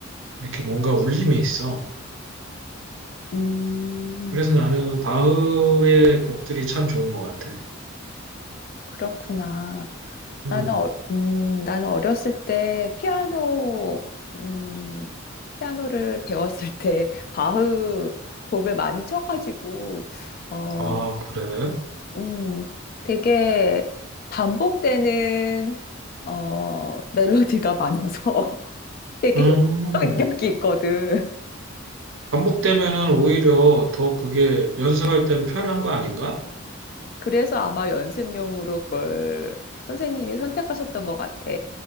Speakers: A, on the right (about 65°); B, on the left (about 45°).
A: 이렇게 뭔가 울림이 있어.
B: 음,
A: 그래서 나는 바흐의 곡들이 참 좋은 것 같아.
B: 그렇구나.
A: 음.
B: 나는, 어, 음, 나는 어렸을 때 피아노, 음, 피아노를 <laughs> 배웠을 때 바흐 곡을 많이 쳐가지고, 어,
A: 아, 그래?
B: 음, 되게 반복되는, 어, 멜로디가 많아서 <laughs> 되게
A: 음.
B: 힘든었이 있거든.
A: 반복되면은 오히려 더 그게 연습할 땐 편한 거 아닌가?
B: 그래서 아마 연습용으로 그걸 선생님이 선택하셨던 것 같아.